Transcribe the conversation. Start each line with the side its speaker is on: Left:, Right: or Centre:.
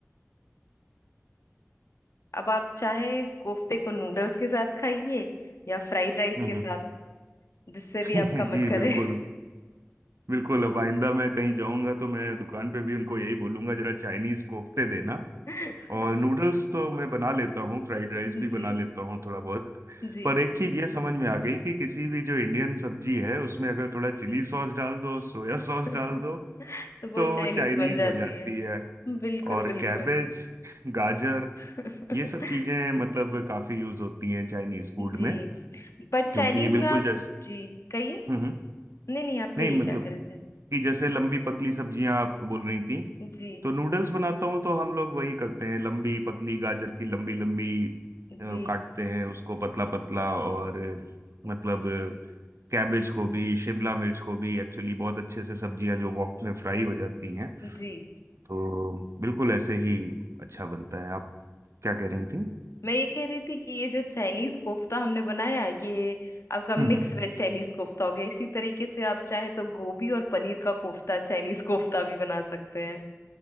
Left: अब आप चाहे इस कोफ्ते को नूडल्स के साथ खाइए या फ्राइड राइस
Right: हम्म
Left: के साथ जिससे
Right: <laughs>
Left: भी आपका मन
Right: जी
Left: करे
Right: बिल्कुल बिल्कुल अब आइंदा मैं कहीं जाऊंगा तो मैं दुकान पे भी उनको यही बोलूंगा जरा चाइनीज कोफ्ते देना
Left: <laughs>
Right: और नूडल्स तो मैं बना लेता हूँ फ्राइड राइस
Left: जी
Right: भी बना लेता हूँ थोड़ा बहुत
Left: जी
Right: पर एक चीज ये समझ में आ गई कि किसी भी जो इंडियन सब्जी है उसमें अगर थोड़ा चिली सॉस डाल दो सोया सॉस
Left: <laughs>
Right: डाल दो
Left: तो वो
Right: तो
Left: चाइनीज
Right: चाइनीज
Left: बन जाती
Right: हो जाती
Left: है
Right: है
Left: बिल्कुल
Right: और
Left: बिल्कुल
Right: कैबेज गाजर
Left: <laughs>
Right: ये सब चीजें मतलब काफी यूज होती हैं चाइनीज फूड
Left: जी
Right: में
Left: बट
Right: क्योंकि
Left: चाइनीज
Right: बिल्कुल
Left: में आप
Right: जैस
Left: जी कहिए
Right: हम्म हम्म।
Left: नहीं नहीं आप कहिए
Right: नहीं मतलब
Left: क्या कह रहे थे
Right: कि जैसे लंबी पतली सब्जियां आप बोल रही थी
Left: जी
Right: तो नूडल्स बनाता हूँ तो हम लोग वही करते हैं लंबी पतली गाजर की लंबी लंबी
Left: जी
Right: अ, काटते हैं उसको पतला पतला और अ, मतलब कैबेज को भी शिमला मिर्च को भी एक्चुअली बहुत अच्छे से सब्जियां जो वॉक में फ्राई हो जाती हैं
Left: जी
Right: तो बिल्कुल ऐसे ही अच्छा बनता है आप क्या कह रही थी
Left: मैं ये कह रही थी कि ये जो चाइनीज कोफ्ता हमने बनाया ये आपका मिक्स
Right: हम्म
Left: वेज चाइनीज कोफ्ता हो गया इसी तरीके से आप चाहे तो गोभी और पनीर का कोफ्ता चाइनीज कोफ्ता भी बना सकते हैं